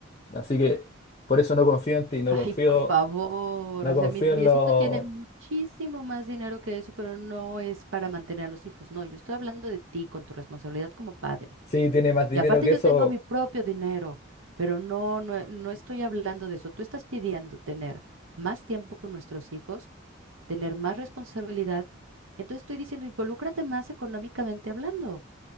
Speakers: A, on the left; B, on the right.
A: Así que por eso no confío en ti,
B: <laughs>
A: no
B: Ay,
A: confío,
B: por favor,
A: no
B: o
A: confío
B: sea, mi noviecito
A: en los...
B: tiene muchísimo más dinero que eso, pero no es para mantener a los hijos. No, yo estoy hablando de ti con tu responsabilidad como padre.
A: Sí, tiene más dinero
B: Y aparte
A: que
B: yo
A: eso.
B: tengo mi propio dinero, pero no, no, eh, no estoy hablando de eso. Tú estás pidiendo tener más tiempo con nuestros hijos, tener más responsabilidad. Entonces estoy diciendo, involúcrate más económicamente hablando.